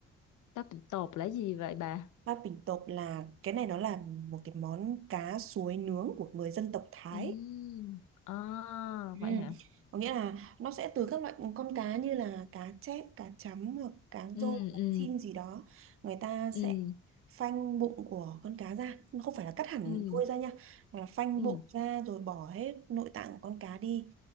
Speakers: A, on the left; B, on the right.
A: tóc tộp là gì vậy bà?
B: Bát Bình Tộp là cái này nó là một cái món cá suối nướng của người dân tộc Thái.
A: Ừ. À,
B: Ừ.
A: vậy hả?
B: Có nghĩa là nó sẽ từ các loại con cá như là cá chép, cá chấm hoặc cá
A: Ừ
B: rô, cá
A: ừ
B: chim gì đó. Người ta sẽ
A: ừ
B: phanh bụng của con cá ra, không phải là cắt hẳn
A: ừ
B: đuôi ra nha, mà là phanh
A: ừ
B: bụng ra rồi bỏ hết nội tạng của con cá đi.